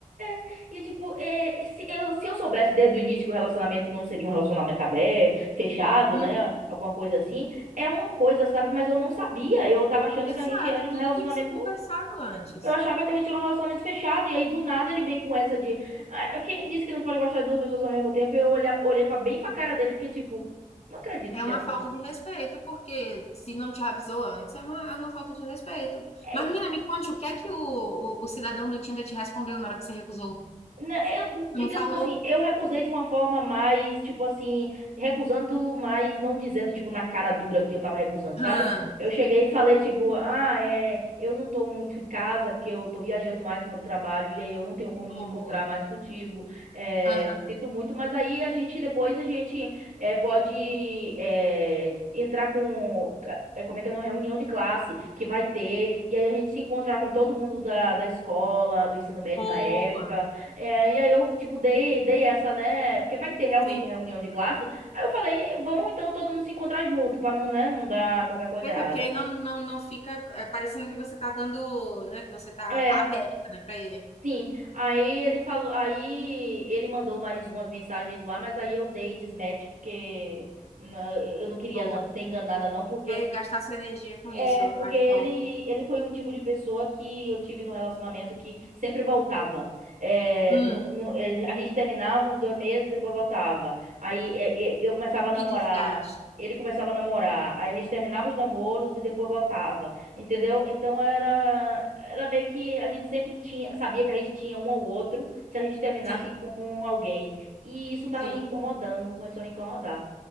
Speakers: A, on the right (about 85°); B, on the left (about 55°).
A: é. e tipo, é, se eu, se eu soubesse desde o início que o relacionamento não seria um relacionamento aberto, fechado,
B: Hum.
A: né? Alguma coisa assim, é uma coisa, sabe? Mas eu não sabia. Eu tava achando
B: Exato,
A: que a gente era um
B: tudo
A: relacionamento
B: tem que ser conversado antes.
A: Eu achava que a gente era um relacionamento fechado, e aí do nada ele vem com essa de. "Ah, quem disse que não pode gostar de duas pessoas ao mesmo tempo? Eu olhar, olhei pra, bem pra cara dele e fiquei tipo, não acredito
B: É
A: que
B: uma
A: essa.
B: falta de respeito, porque se não te avisou antes, é uma, é uma falta de respeito.
A: É,
B: Mas, menina, me conte o que é que o, o, o cidadão do Tinder te respondeu na hora que você recusou?
A: Não, eu, digamos
B: Tu não falou?
A: assim, eu recusei de uma forma mais, tipo assim, recusando, mas não dizendo, tipo, na cara dura que eu tava recusando, sabe?
B: Hã,
A: Eu cheguei e falei, tipo, ah, é, eu não tô muito em casa porque eu tô viajando mais para o trabalho e aí eu não tenho como
B: boa.
A: me encontrar mais contigo. É,
B: Aham,
A: sinto muito, mas aí a gente, depois a gente é, pode é, entrar com, é, como é que é, uma reunião de classe que vai ter e aí a gente se encontra com todo mundo da, da escola, do ensino médio
B: boa.
A: na época. É, e aí eu, tipo, dei, dei essa, né? Porque vai ter realmente
B: Sim.
A: reunião de classe. Aí eu falei, "Eh, vamos então todo mundo se encontrar junto, pra não, né, não dar qualquer coisa
B: Perfeito,
A: errada.
B: porque aí não, não, não fica é, parecendo que você tá dando, né, que você tá,
A: É,
B: tá aberta, né, pra ele.
A: sim. Aí ele falou, aí ele mandou mais umas mensagens lá, mas aí eu dei desmatch porque né, eu não queria
B: Boa.
A: na- ser enganada não, porque
B: É gastar sua energia com isso.
A: É, porque
B: Ah, que
A: ele,
B: bom.
A: ele foi um tipo de pessoa que eu tive num relacionamento que sempre voltava. É,
B: Hum,
A: no- no- é, a gente terminava uns dois meses, depois voltava. Aí é, é, eu começava a namorar,
B: que desgaste.
A: ele começava a namorar. Aí a gente terminava os namoros e depois voltava. Entendeu? Então era, era meio que a gente sempre tinha, sabia que a gente tinha um ao outro se a gente terminasse
B: Sim,
A: com alguém. E isso tava
B: sim.
A: me incomodando, começou a me incomodar.